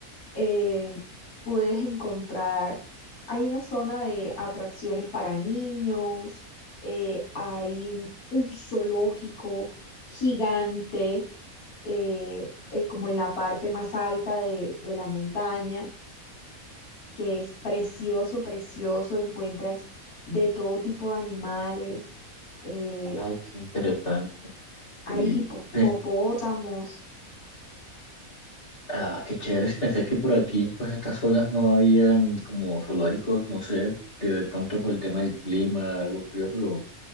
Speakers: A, on the left; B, on the left.
A: eh, puedes encontrar, hay una zona de atracciones para niños, eh, hay un, un zoológico gigante, eh, eh, como en la parte más alta de, de la montaña, que es precioso, precioso, encuentras de todo tipo de animales, eh,
B: Ay, qué interesante.
A: hay
B: Y,
A: hipo-
B: pues,
A: hipopótamos,
B: ah, qué chévere, si pensé que por aquí, pues estas zonas no habían como zoológicos, no sé, de, de pronto por el tema del clima, algo frío, pero